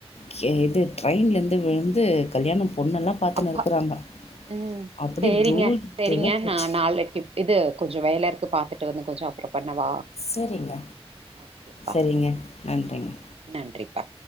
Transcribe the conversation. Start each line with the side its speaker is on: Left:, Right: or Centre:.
Left: கே இது ட்ரெயின்லந்து விழுந்து கல்யாணம் பொண்ணெல்லா பாத்துனு
Right: அப்பா
Left: இருக்கறாங்க
Right: ம்
Left: அப்படியே
Right: சேரிங்க
Left: தூள்
Right: சேரிங்க
Left: தூளா போச்சு
Right: நா நாளைக்கு இது கொஞ்சோ வேல இருக்கு பாத்து ட்ரு வந்து கொஞ்சோ அப்றோ பண்ணவா
Left: சரிங்க
Right: ஓகேப்பா
Left: சரிங்க நன்றிங்க
Right: அ நன்றிப்பா